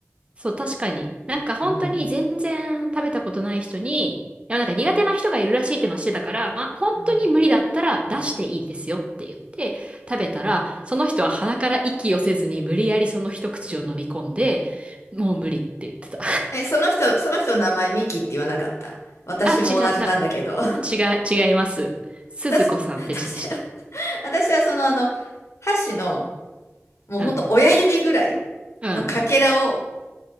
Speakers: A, on the right; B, on the left.
A: そう、確かに。なんか本当に全然食べたことない人に、
B: うん。
A: いや、なんか苦手な人がいるらしいっていうのはしてたから、まあ本当に無理だったら出していいですよって言って食べたら、
B: うん
A: その人は鼻から息をせずに無理やりその一口を飲み込んで、もう無理って言ってた。
B: え、その人、その人の名前ミキって言わなかった。
A: <laughs>
B: 私も同じなんだけど。
A: あ、違った。違う、違います。
B: <laughs>
A: 鈴子さんって人でした。
B: 私、私、私はそのあの、箸の、もうほんと親指ぐらい
A: うん。うん。
B: のかけらを